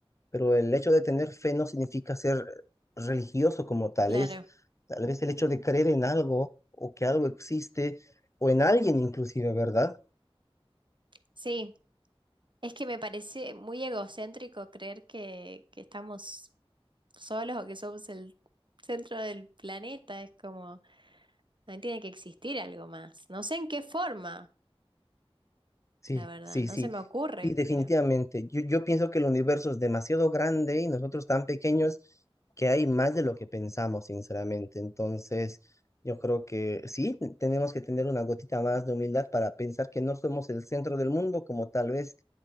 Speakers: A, on the left (about 30°); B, on the right (about 50°).
A: pero el hecho de tener fe no significa ser religioso como tal,
B: Claro,
A: es tal vez el hecho de creer en algo o que algo existe o en alguien inclusive, ¿verdad?
B: sí, es que me parece muy egocéntrico creer que, que estamos solos o que somos el centro del planeta, es como, no tiene que existir algo más. No sé en qué forma,
A: Sí,
B: la verdad,
A: sí,
B: no
A: sí,
B: se me ocurre,
A: sí, definitivamente.
B: pero
A: Yo, yo pienso que el universo es demasiado grande y nosotros tan pequeños que hay más de lo que pensamos, sinceramente. Entonces, yo creo que sí, tenemos que tener una gotita más de humildad para pensar que no somos el centro del mundo como tal vez,